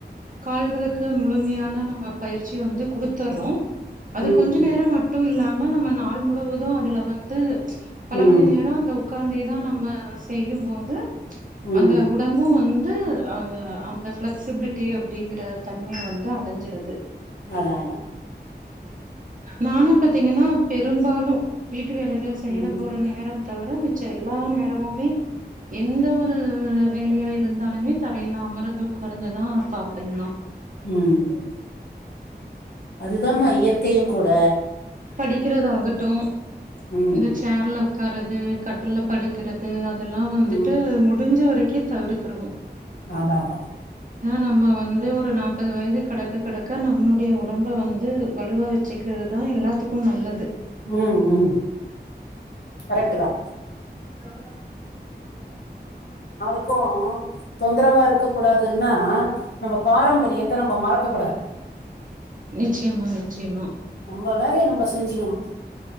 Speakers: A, on the right (about 50°); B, on the left (about 70°).
A: கால்களுக்கு முழுமையான நம்ம பயிற்சி வந்து கொடுத்துடுறோம் அது
B: ம்
A: கொஞ்ச
B: ம்
A: நேரம் மட்டும் இல்லாம ஆ நம்ம நாள் முழுவதும் அதுல வந்து பல
B: ம்
A: மணி நேரம் அந்த உட்காந்தி தான் நம்ம செய்யும்போது
B: ம்
A: அந்த உடம்பு வந்து வந்து அஹ அந்த பிளெக்சிபிலிட்டி அப்படிங்கற தன்மையை வந்து அடைஞ்சிருது
B: அதான் அதான்
A: நானும் பாத்தீங்கன்னா பெரும்பாலும் வீட வீட்டு வேலைகள் செய்யிற
B: ம்
A: போற நேரம் தவிர மிச்சம் எல்லா நேரமுமே எந்த ஒரு வேலையா இருந்தாலுமே த ல்லாம் அமர்ந்து உட்கார்ந்து தான் பா ப்பமா
B: உம் அதுதமா இயற்கையும் கூட
A: படிக்கிறத ஆாகட்டும்
B: ம்
A: இந்த சேர்ல க்கறது கட்டில் படுக்கறிறது இதெல்லாம் வந்துட்டு
B: ம்
A: முடிஞ்ச வரை க்கே தவிர்த்தருவோம்
B: அதான் அதான்
A: நம்ம வந்து ஒரு நாற்பது வயது கிடக்கு கிடக்க நம்மளுடைய உட உடம்ப வந்து வலுவா வச்சுக்கிறது தான் எல்லாத்துக்கும் நல்லது
B: உம் உம் கரட்டு தான்
A: ஆஹ
B: இப்ப தொந்தரவா இருக்க கூடாதுன்னா நம்ம பாரம்பரியத்தை நம்ம மறக்க கூடாது.
A: நிச்சயமா நிச்சயமா
B: நம்ம வேலையை நம்ப செ செஞ்சுிக்கணும்